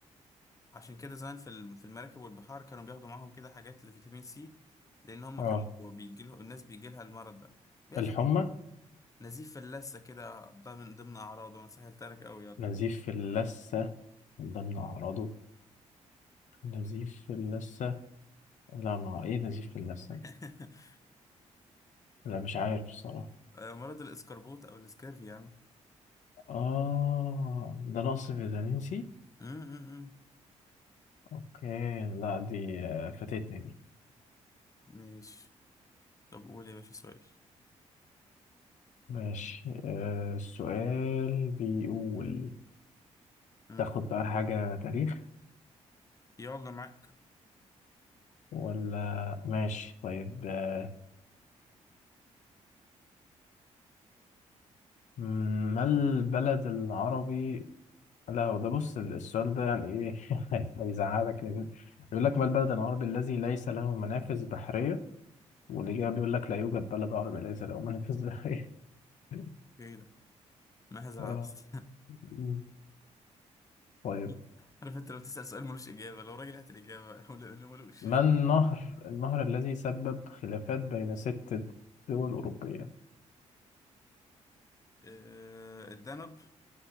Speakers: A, on the left (about 25°); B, on the left (about 70°).
A: عشان كده زمان في ال- في المراكب والبحار كانوا بياخدوا معاهم كده حاجات لفيتامين سي لأن هم
B: اه
A: كانوا بيجيلهم الناس بيجيلها المرض ده بيحصل
B: الحمى
A: نزيف فلاسة كده ده من ضمن أعراضه أنا سهلت لك أوي على فكرة
B: نزيف في اللثة من ضمن أعراضه نزيف في اللثة لا ما ايه نزيف في اللثة
A: <laughs>
B: لا مش عارف الصراحة
A: آه، مرض الإسكربوت أو الإسكرف يا عم
B: اه ده نقص فيتامين سي
A: أم، أم، أم.
B: اوكي لا دي آه، فاتتني دي
A: ماشي طب قول يا باشا سؤال
B: ماشي آه السؤال بيقول
A: أم.
B: تاخد بقى حاجة تاريخ
A: يلا معاك
B: ولا ماشي طيب آه، ما البلد العربي لا هو ده بص السؤال ده يعني ايه <laughs> هيزعلك لان بيقول لك ما البلد العربي الذي ليس له منافذ بحرية والإجابة بيقول لك لا يوجد بلد عربي ليس له منافذ بحري <laughs>
A: إيه ده ماذا العبس
B: آه. مم. طيب
A: <laughs> عارف أنت لو تسأل سؤال ملوش إجابة لو راجل هات الإجابة <laughs> ولا اللي ملوش
B: ما النهر النهر الذي سبب خلافات بين ست دول أوروبية
A: آه، الدنب